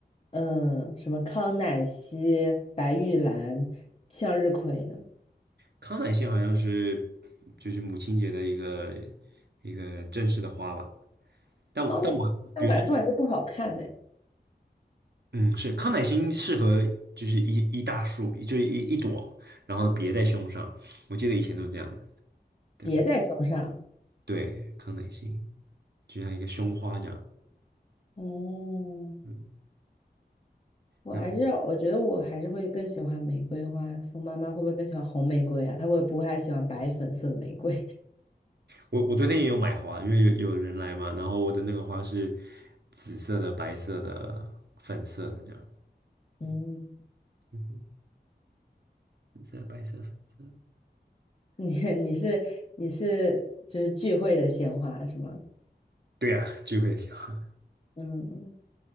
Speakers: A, on the left; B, on the right.
A: 嗯、呃什么康乃馨、白玉兰、向日葵呢？
B: 康乃馨好像是就是母亲节的一个一个正式的花吧，但我但我比如说。
A: 康乃，但我感觉康乃馨不好看呢，
B: 嗯，是康乃馨适合就是一一大束，就是一一朵，然后别在胸上。我记得以前都这样的，对不对？
A: 别在胸上。
B: 对，康乃馨就像一个胸花这样。
A: 哦，
B: 嗯，
A: 我还是我觉得我还是会更喜欢玫瑰花。
B: 然后
A: 宋妈妈会不会更喜欢红玫瑰啊？她会不会还喜欢白粉色的玫瑰？
B: 我我昨天也有买花，因为有有人来嘛，然后我的那个花是紫色的、白色的、粉色的这样。
A: <laughs> 嗯，
B: 嗯嗯哼，紫色、白色、粉色。
A: 你你是你是就是聚会的鲜花是吗？
B: 对呀、聚会喜欢。
A: 嗯，